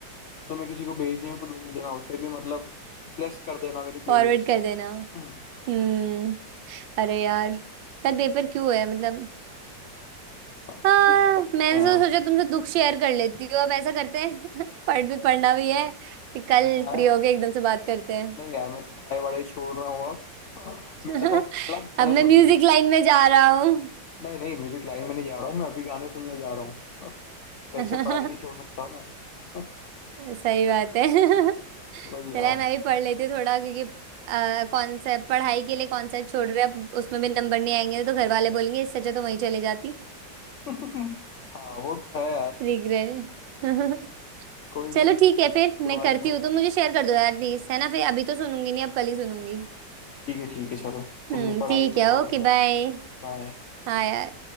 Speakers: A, on the left; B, on the right.
A: और तुम्हें किसी को भेजनी हो तो भेज देना उसे भी मतलब ब्लेस कर देना मेरी
B: फॉरवर्ड
A: प्लेलिस्ट
B: <laughs>
A: से
B: कर देना
A: हम्म
B: हम्म
A: हाँ
B: अरे यार कल पेपर क्यों है मतलब
A: ट्राई
B: हाँ
A: कर सकते
B: मैंने
A: हैं यार
B: तो सोचा तुमसे दुख शेयर कर लेती हूँ अब ऐसा करते हैं <laughs> पढ़ भी पढ़ना भी है कि कल
A: पढ़ना है
B: फ्री होके एकदम से बात करते हैं
A: नहीं यार मैं तो पढ़ाई वढ़ाई छोड़ रहा हूँ अब <laughs> मैं
B: <laughs>
A: तो अब अलग गाने
B: अब मैं
A: सुनने
B: म्यूजिक
A: हैं
B: लाइन में जा रहा हूँ
A: नहीं नहीं म्यूजिक लाइन में नहीं जा रहा हूँ मैं अभी गाने सुनने जा रहा हूँ <laughs>
B: <laughs>
A: ऐसे पढ़ाई नहीं छोड़ सकता मैं <laughs>
B: सही बात है <laughs>
A: वही
B: चला
A: यार
B: मैं भी पढ़ लेती हूँ थोड़ा क्योंकि कॉन्सेप्ट पढ़ाई के लिए कॉन्सेप्ट छोड़ रहे हैं, अब उसमें भी नंबर नहीं आएंगे तो घर वाले बोलेंगे इससे अच्छा तो वहीं चले जाती
A: <laughs> हाँ वो तो है यार
B: रिग्रेट <laughs>
A: कोई
B: चलो
A: नहीं
B: ठीक
A: अगली
B: है फिर मैं
A: बार
B: करती
A: कभी
B: हूँ तुम मुझे शेयर कर दो यार प्लीज है ना फिर अभी तो सुनूंगी नहीं अब कल ही सुनूंगी
A: ठीक है ठीक है चलो तुम
B: हम्म
A: भी पढ़ाई
B: ठीक
A: कर
B: है
A: लो
B: Okay
A: अपना
B: bye
A: बाय
B: हाँ यार